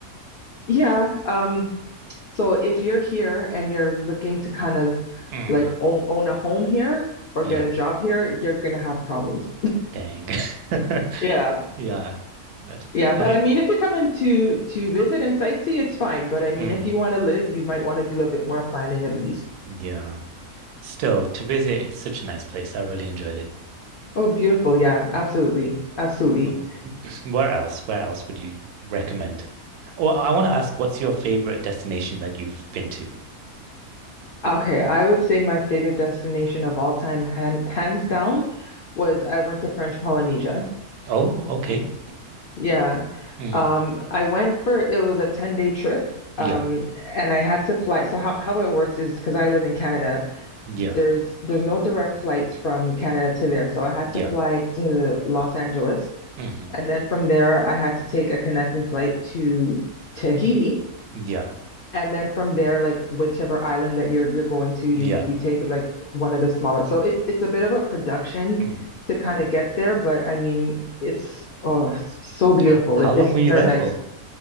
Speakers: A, on the left; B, on the right.
A: yeah. Um, so if you're here and you're looking to kind of
B: Mm.
A: like own own a home here or
B: Yeah.
A: get a job here, you're gonna have problems.
B: Dang. <laughs>
A: Yeah.
B: Yeah, but
A: Yeah, but
B: I,
A: I mean, if you're coming to to visit and sightsee, it's fine. But I mean,
B: mm,
A: if you want to live, you might want to do a bit more planning at least.
B: yeah, still to visit, it's such a nice place. I really enjoyed it.
A: Oh, beautiful. Yeah, absolutely. Absolutely.
B: Oh, <laughs> <clears throat> Where else? Where else would you recommend? Or I want to ask, what's your favorite destination that you've been to?
A: Okay, I would say my favorite destination of all time, hand, hands down, was I went to French Polynesia.
B: Oh, okay.
A: Yeah.
B: Mm,
A: Um, I went for it was a 10-day trip.
B: yeah,
A: Um, and I had to fly. So how, how it works is because I live in Canada,
B: yeah,
A: there's there's no direct flights from Canada to there. So I had
B: yeah,
A: to fly to Los Angeles,
B: hmm
A: and then from there I had to take a connecting flight to Tahiti.
B: yeah,
A: and then from there, like whichever island that you're you're going to, you
B: yeah.
A: you take like one of the smaller. So it it's a bit of a production
B: Mm.
A: to kind of get there, but I mean, it's oh, it's so beautiful.
B: How, how
A: It,
B: long
A: it's
B: were
A: paradise.
B: you there for?